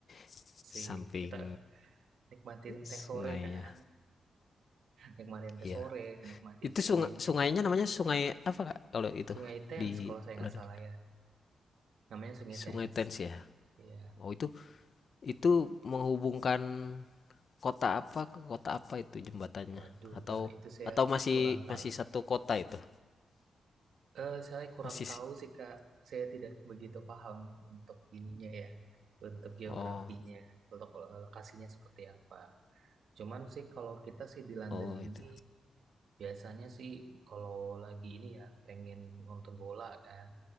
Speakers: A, on the left; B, on the right.
A: <laughs>
B: sih
A: samping
B: kita nikmatin
A: sungainya.
B: teh sore kan, nikmatin teh
A: Iya.
B: sore, nikmati
A: Itu
B: sungainya,
A: sungai sungainya namanya sungai apa kak? Kalau itu
B: Sungai Thames
A: di
B: kalau saya nggak
A: London.
B: salah ya, namanya Sungai
A: Sungai
B: Thames.
A: Thames ya.
B: Iya,
A: Oh itu itu menghubungkan kota apa ke kota apa itu jembatannya?
B: waduh
A: Atau
B: kak, itu saya
A: atau masih
B: kurang tahu.
A: masih satu kota itu?
B: Eh, saya kurang
A: Masih si-,
B: tahu sih kak, saya tidak begitu paham untuk ininya ya, untuk geografinya,
A: oh
B: untuk eh, lokasinya seperti apa. Cuman sih kalau kita sih di London
A: oh
B: ini
A: itu.
B: Biasanya sih kalau lagi ini ya pengen nonton bola kan,